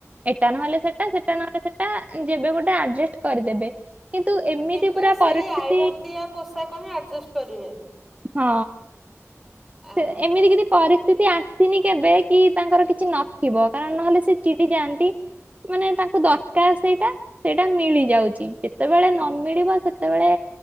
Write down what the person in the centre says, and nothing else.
କିନ୍ତୁ
ସେଇ
ଆଇରନ୍ ଦିଆ ପୋଷାକ ହିଁ ଆଡଜଷ୍ଟ କରିବେ
ଆହା